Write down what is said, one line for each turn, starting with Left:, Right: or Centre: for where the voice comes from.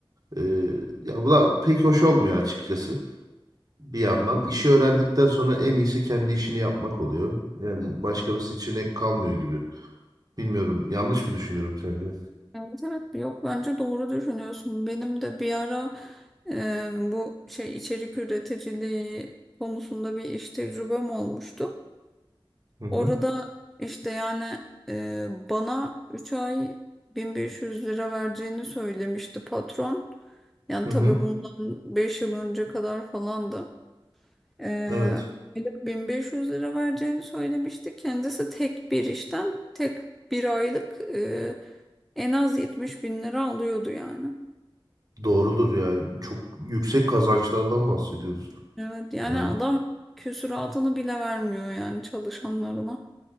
Right: Eee, ya bu da pek hoş olmuyor açıkçası. bir yandan işi öğrendikten sonra en iyisi kendi işini yapmak oluyor. Yani başka bir seçenek kalmıyor gibi. Bilmiyorum. Yanlış mı düşünüyorum sence?
Centre: Evet evet yok bence doğru düşünüyorsun. Benim de bir ara e, bu şey içerik üreticiliği konusunda bir iş tecrübem olmuştu.
Right: Hı hı.
Centre: Orada işte yani e, bana 3 ay 1500 lira vereceğini söylemişti patron. Yani
Right: Hı hı.
Centre: tabii bundan 5 yıl önce kadar falandı. E,
Right: Evet.
Centre: aylık 1500 lira vereceğini söylemişti. Kendisi tek bir işten tek bir aylık e, en az 70 bin lira alıyordu yani.
Right: Doğrudur yani. Çok yüksek kazançlardan bahsediyoruz.
Centre: Evet yani
Right: Yani
Centre: adam küsuratını bile vermiyor yani çalışanlarına.